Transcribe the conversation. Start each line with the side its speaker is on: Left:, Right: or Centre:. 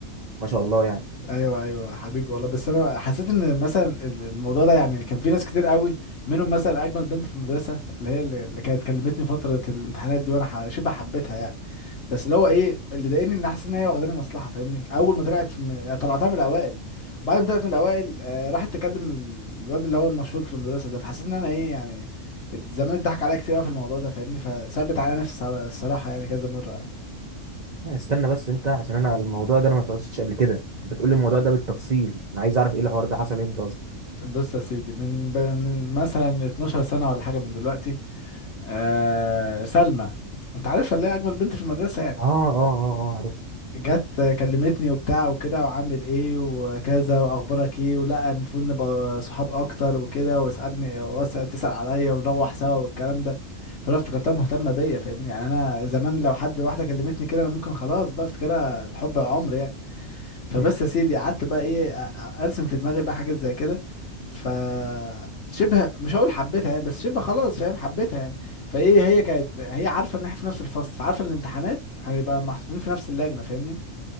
Right: ما شاء الله يعني
Left: ايوه ايوه حبيبي والله بس انا حسيت ان مثلا ال- الموضوع ده يعني كان في ناس كتير قوي منهم مثلا اجمل بنت في المدرسه اللي هي اللي اللي كانت كلمتني فتره الامتحانات دي وانا ح- شبه حبيتها يعني بس اللي هو ايه اللي ضايقني ان حاسس ان هي واخداني مصلحه فاهمني اول ما طلعت في م... طلعتها من الاوائل وبعد ما طلعت من الاوائل آه راحت تكلم ال- الواد اللي هو المشهور في المدرسه ده فحسيت ان انا ايه يعني زمان اتضحك عليا كتير قوي في الموضوع ده فاهمني فثبت على نفسي الصرا- الصراحه يعني كذا مره يعني
Right: استنى بس انت عشان انا الموضوع ده انا ما سمعتش قبل كده انت تقول لي الموضوع ده بالتفصيل انا عايز اعرف ايه الحوار ده حصل امتى اصلا
Left: بص يا سيدي من, ب... من مثلا 12 سنه ولا حاجه من دلوقتي آه سلمى انت عارف اللي هي اجمل بنت في المدرسه يعني
Right: اه اه اه اه عرفت
Left: جت كلمتني وبتاع وكده وعامل ايه وكذا واخبارك ايه ولا المفروض نبقى صحاب اكتر وكده واسالني وأس- تسال عليا ونروح سوا والكلام ده فانا افتكرتها مهتمه بيا فاهمني يعني انا زمان لو حد واحده كلمتني كده انا ممكن خلاص بقى افتكرها الحب عمر يعني فبس
Right: <laughs>
Left: يا سيدي قعدت بقى ايه أ- أ- ارسم في دماغي بقى حاجات زي كده ف شبه مش هقول حبيتها يعني بس شبه خلاص فاهم حبيتها يعني فايه هي كانت هي عارفه ان احنا في نفس الفصل فعارفه الامتحانات هنبقى محطوطين في نفس اللجنه فاهمني